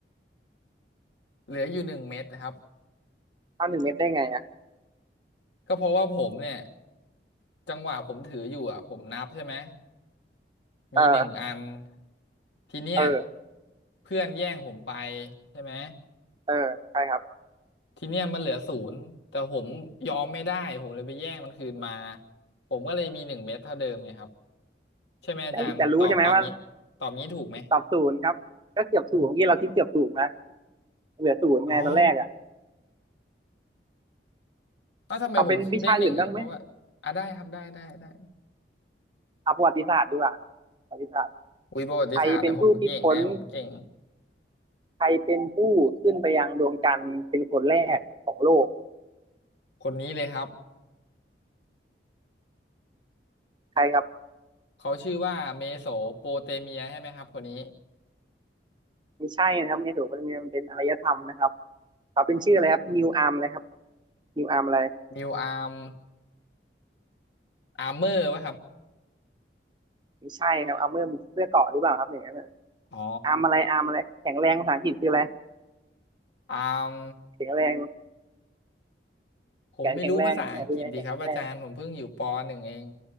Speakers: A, on the left; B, on the right.
A: เหลืออยู่หนึ่งเม็ดครับ
B: เท่าหนึ่งเม็ดได้ไงอ่ะ
A: ก็เพราะว่าผมเนี่ยจังหวะผมถืออยู่อ่ะผมนับใช่ไหมมีหนึ่งอัน
B: เออ
A: ทีเนี้ย
B: เออ
A: เพื่อนแย่งผมไปใช่ไหม
B: เออใช่ครับ
A: ทีเนี้ยมันเหลือศูนย์แต่ผมยอมไม่ได้ผมเลยไปแย่งมันคืนมาผมก็เลยมีหนึ่งเม็ดเท่าเดิมไงครับใช่ไหมอาจารย์ตอบตอบงี้ตอบงี้ถูกไหม
B: แต่จะรู้ใช่ไหมว่าตอบศูนย์ครับก็เกือบศูนย์ที่อกี้เราคิดเกือบศูนย์นะเหลือศูนย์ไงตอนแรกอ่ะ
A: อ๋อแล้วทำไมผมคิดได้หนึ่งอ่ะเพราะว่าอ่ะได้ครับได้ได้ได้
B: เอาเป็นวิชาอื่นบ้างไหมเอาประวัติศาสตร์ดีกว่าประวัติศาสตร์
A: อุ้ยประวัติศาสตร์เนี่ยผมเก่งนะผมเก่ง
B: ใครเป็นผู้คิดค้นใครเป็นผู้ขึ้นไปยังดวงจันทร์เป็นคนแรกของโลก
A: คนนี้เลยครับ
B: ใครครับ
A: เขาชื่อว่าเมโสโปเตเมียใช่ไหมครับคนนี้
B: ไม่ใช่นะครับไม่ถูกมันเป็นอารยธรรมนะครับเขาเป็นชื่ออะไรครับนิวอาร์มเลยครับนิวอาร์มอะไร
A: นิวอาร์มอาร์เมอร์ป่ะครับ
B: ไม่ใช่ครับอาร์เมอร์มันเสื้อเกราะหรือเปล่าครับอย่างนั้นน่ะ
A: อ๋อ
B: อาร์มอะไรอาร์มอะไรแข็งแรงภาษาอังกฤษคืออะไร
A: อาร์ม
B: แข็งแรง
A: ผมไม่รู้ภาษาอังกฤษดีครับอาจารย์ผมเพิ่งอยู่ปหนึ่งเอง
B: แขนแข็งแรงเนี่ยคือไงแขนแข็งแรง